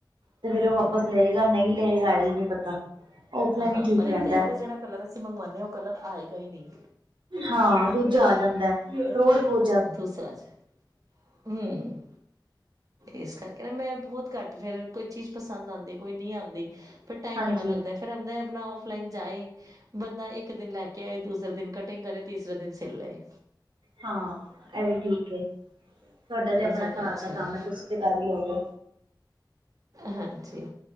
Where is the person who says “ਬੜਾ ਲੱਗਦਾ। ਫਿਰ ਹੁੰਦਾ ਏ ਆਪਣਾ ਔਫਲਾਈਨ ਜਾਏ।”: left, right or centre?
Right